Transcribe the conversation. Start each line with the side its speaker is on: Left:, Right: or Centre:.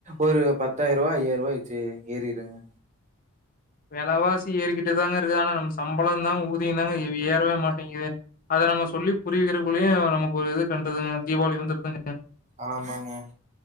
Right: ஒரு பத்தாயிரரூவா ஐய்யாயிர ரூவா வாச்சி ஏறிருங்க
Left: வெலவாசி ஏறிக்கிட்டு தாங்கயிருக்கு ஆனா நம்ம சம்பளம் தா ஊதியம் தாங்க வ் ஏறவே மாட்டேங்கிது அத நம்ம சொல்லி புரியவிக்கிறகுள்ளயே நமக்கு ஒரு இது கண்டுதுங்க தீபாவளி வந்துருதுங்க
Right: ஆமாங்க